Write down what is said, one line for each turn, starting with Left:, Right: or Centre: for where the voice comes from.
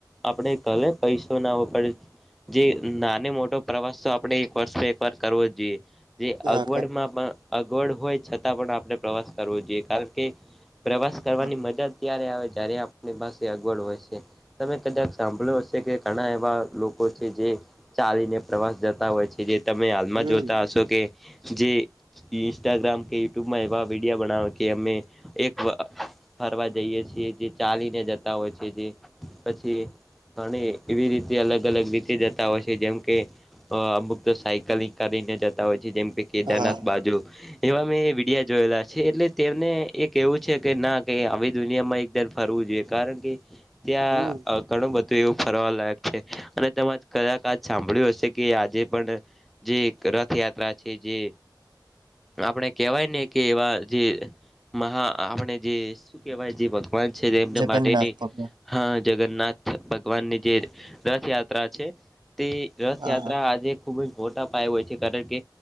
Centre: આપણે કલે પૈસો નાઓ પડે જે નાને મોટ ટો પ્રવાસ તો આપણે એક વર્ષે એકવાર કરવો જ જોઈએ જે
Right: હા
Centre: અગવડમાં પણ અગવડ હોય છતાં પણ આપણે પ્રવાસ કરવો જોઈએ, કારણ કે પ્રવાસ કરવાની
Right: હા
Centre: મજા જ ત્યારે આવે જયારે આપની પાસે અગવડ હોય શે. તમે કદાચ સાંભળ્યું હશે કે ઘણા એવા લોકો છે જે ચાલીને પ્રવાસ જતા હોય છે જે તમે હાલમાં
Right: હમ
Centre: જોતા હશો કે જે ઈ ન્સ્ટાગ્રામ કે યુટ્યુબમાં એવા વિડીયો બણાવ કે અમે એક વા ફરવા જઈએ છીએ જે ચાલીને જતાં હોય છે જે પછી અણે એવી રીતે અલગ-અલગ રીતે જતા હોય છે જેમકે અ અમુક તો સાયકલિંગ કરીને જતા હોય છે જેમકે કેદારનાથ
Right: હા
Centre: બાજુ એવા મેં વિડિયા જોયેલા છે એટલે તેમને એ કેહવું છે કે ના કે આવી દુનિયામાં એક તર ફરવું જોઈએ કારણ કે ત્યાં
Right: હમ
Centre: અ ઘણું બધું એવું ફરવા લાયક છે, અને તમાંજ કદાચ કાજ સાંભળ્યું હશે કે એ આજે પણ જે એક રથયાત્રા છે જે આપણે કેહવાય ને કે એવા જે મહા આપણે જે શું કેહવાય જે ભગવાન છે જે એમને
Right: જગન્નાથ
Centre: માટેની
Right: ભગવાન
Centre: હ, જગન્નાથ ભગવાનની જે રથયાત્રા છે તે રથયાત્રા
Right: હા હા
Centre: આજે ખૂબ જ મોટા પાયે હોય છે કારણ કે